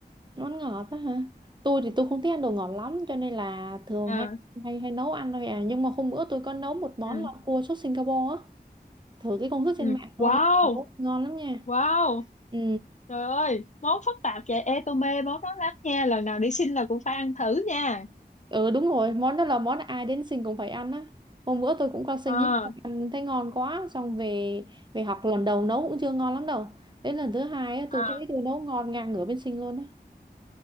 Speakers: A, on the right (about 25°); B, on the left (about 45°).
A: món ngọt đó hả tôi thì tôi không thích ăn đồ ngọt lắm cho nên là thường
B: à
A: hay hay hay nấu ăn thôi à nhưng mà hôm bữa tôi có nấu một món
B: ừ,
A: là cua sốt Singapore á thử cái công thức
B: ừ.
A: trên mạng thôi
B: wow
A: nhưng mà rất ngon lắm nha
B: wow
A: ừ.
B: trời ơi món phức tạp vậy ê tôi mê món đó lắm nha lần nào đi xin là cũng phải ăn thử nha
A: Ừ đúng rồi, món đó là món ai đến sinh cũng phải ăn á. Hôm bữa tôi cũng qua sinh
B: à
A: ấy, ăn thấy ngon quá, xong về về học lần đầu nấu cũng chưa ngon lắm đâu. Đến lần thứ hai á, tôi
B: à
A: thấy tôi nấu ngon ngang ngửa bên sinh luôn á.